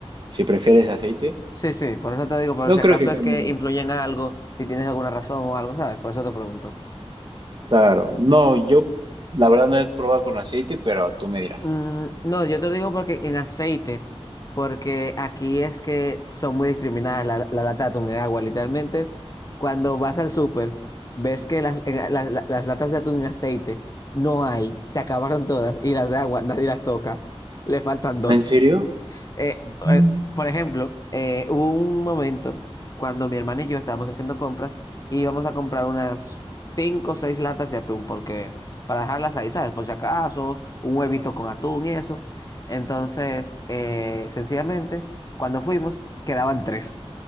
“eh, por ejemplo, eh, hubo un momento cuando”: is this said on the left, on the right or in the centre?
Left